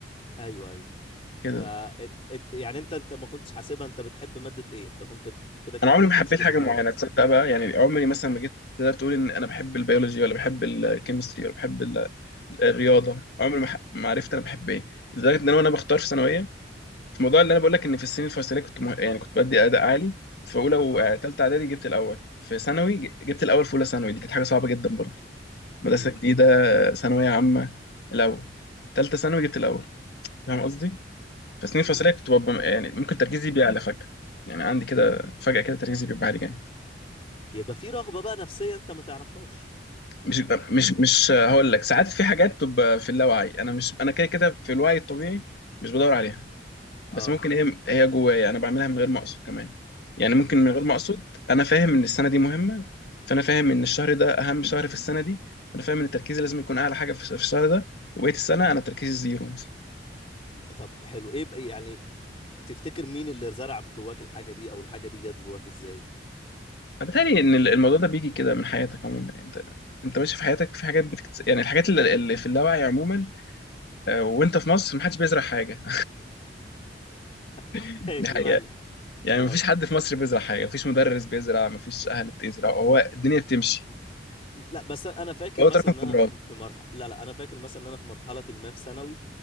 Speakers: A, on the left; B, on the left.
A: ايوه ايوه
B: كده
A: ف انت يعني انت انت ما كنتش حاسبها انت بتحب ماده ايه انت كنت ب- كده كده
B: أنا عمري
A: انت بتحبش
B: ما حبيت
A: كل
B: حاجة
A: المواد
B: معينة تصدق بقى يعني عمري
A: <laughs>
B: مثلا ما جيت تقدر تقول إن أنا بحب البيولوجي ولا بحب الكيمستري ولا بحب ال- الرياضة عمري ما ح- ما عرفت أنا بحب إيه لدرجة إن أنا وأنا بختار في ثانوية في موضوع اللي أنا بقول لك إن في السنين الفصلية كنت مه... يعني كنت بدي أداء عالي في أولى وتالتة
A: اه
B: إعدادي جبت الأول في ثانوي ج- جبت الأول في أولى ثانوي دي كانت حاجة صعبة جدا برضه مدرسة
A: امم.
B: جديدة ثانوية عامة الأول تالتة ثانوي جبت
A: امم
B: الأول فاهم قصدي؟ فسنين
A: امم
B: فصلية كنت ببقى يعني ممكن تركيزي بيعلى فجأة يعني عندي كده فجأة كده تركيزي بيبقى عالي جامد
A: يبقى في رغبة بقى نفسية انت ما تعرفهاش
B: مش مش مش هقول لك ساعات في حاجات بتبقى في اللاوعي أنا مش أنا كده كده في الوعي الطبيعي مش بدور عليها
A: اه
B: بس ممكن هي هي جوايا أنا بعملها من غير ما أقصد كمان يعني ممكن
A: امم
B: من غير
A: امم
B: ما أقصد أنا فاهم إن السنة دي مهمة فأنا فاهم إن الشهر ده أهم شهر في السنة دي أنا فاهم إن تركيزي لازم يكون أعلى حاجة في في الشهر ده وبقية السنة أنا تركيزي زيرو
A: لا طب حلو ايه بقى يعني تفتكر مين اللي زرع جواك الحاجة دي او الحاجة دي جت جواك ازاي
B: بتهيألي ان الموضوع ده بيجي كده من حياتك عموما يعني انت انت ماشي في حياتك في حاجات بتكت... يعني الحاجات اللي, اللي في اللاوعي عموما آه، وانت في مصر محدش بيزرع حاجه
A: <laughs>
B: <laughs>
A: ماشي
B: دي حقيقه
A: معاك
B: يعني
A: اه
B: مفيش حد في مصر بيزرع حاجه مفيش مدرس بيزرع مفيش اهل بتزرع هو الدنيا بتمشي
A: لا بس انا أنا فاكر
B: هو
A: مثلا
B: تراكم
A: ان انا
B: خبرات
A: في في مرحله لا لا انا فاكر مثلا ان انا في مرحله ما في ثانوي